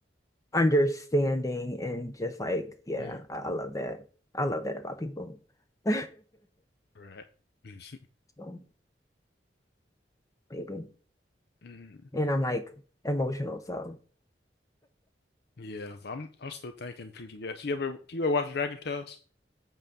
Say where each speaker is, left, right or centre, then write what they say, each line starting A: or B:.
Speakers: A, on the left (about 20°); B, on the left (about 65°).
A: understanding and just like, yeah,
B: Mm.
A: I, I love that. I love that about people. <laughs>
B: Right. <laughs>
A: So, maybe.
B: Mm.
A: And I'm like emotional, so
B: Yeah, but I'm I'm still thinking PBS. You ever you ever watch Dragon Tales?